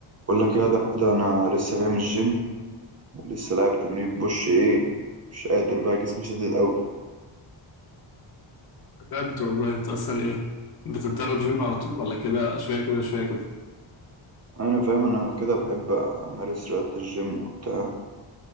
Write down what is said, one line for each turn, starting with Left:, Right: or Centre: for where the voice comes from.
Right: بقول لك يا دحود انا لسه جاي من الجيم ولسه لاعب تمرين بوش ايه مش قادر بقى جسمي شديد قوي
Left: بجد والله انت اصلا ايه بتتدرب جيم على طول ولا كده شويه كده شويه كده
Right: انا فاهم انا كده بحب امارس رياضة الجيم وبتاع